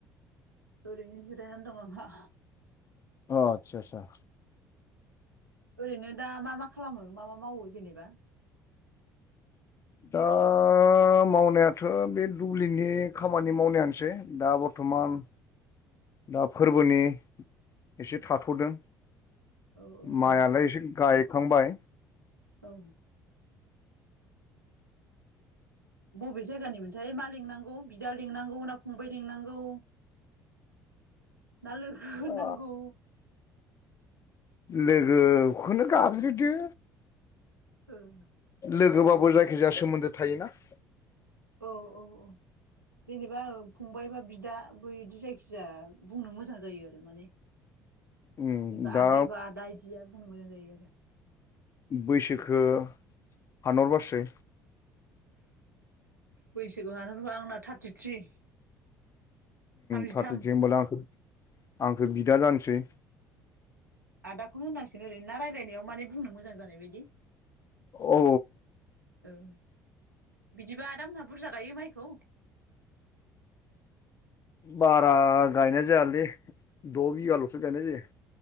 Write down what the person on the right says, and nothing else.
ओरैनो जिरायनानै दं आंहा
ओरैनो दा मा-मा खालामो मा-मा मावो जेनेबा
औ औ
औ बबे जायगानिमोनथाय मा लिंनांगौ बिदा लिंनांगौ ना फंबबाय लिंनांगौ ना लोगो होननांगौ
ओ
जायो दे
औ औ औ जेनेबा फंबाय बा बिदा बैदि जायखिजाया बुंनो मोजां जायो आरो माने
जेनेबा
आगै बा आदा एदिबा बुंनो मोजां आरो
बैसोखौ हानहरबा आंना थार्टिथ्रि थामजिथाम
आदाखौनो होनांसिगोन ओरैनो रायलायनायाव माने बुंनो मोजां जानाय बायदि
ओं बिदिबा आदा मोनहा बुरजा गायो माइखौ?